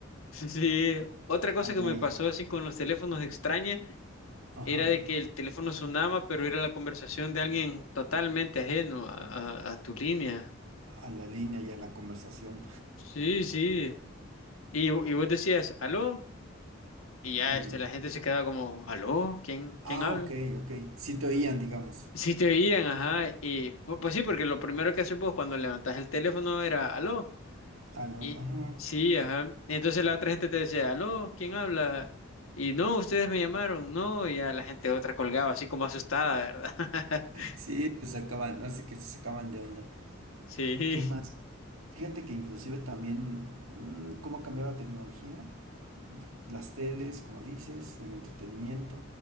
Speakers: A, on the left; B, on the right.
A: sí, sí, otra cosa
B: Algo
A: que me
B: ahí.
A: pasó así con los teléfonos extraña
B: Ajá.
A: era de que el teléfono sonaba, pero era la conversación de alguien totalmente ajeno a, a- a tu línea.
B: A la línea y a la conversación.
A: Sí, sí. Y, y vos decías, aló, y ya
B: Y no.
A: este, la gente se quedaba como, aló, ¿quién, quién
B: Ah,
A: habla?
B: ok, ok. Sí te oían, digamos.
A: Si te oían, ajá, y pu- pues sí, porque lo primero que haces vos cuando levantás el teléfono era, aló.
B: Aló,
A: Y
B: ajá.
A: sí, ajá. Entonces la otra gente te decía, aló, ¿quién habla? Y no, ustedes me llamaron, no, y ya la gente otra colgaba, así como asustada, ¿verdad? <laughs>
B: Sí, se sacaban, así que se sacaban de onda.
A: Sí,
B: ¿Qué más? Fíjate que inclusive también mm, cómo ha cambiado la tecnología, las teles, como dices, el entretenimiento.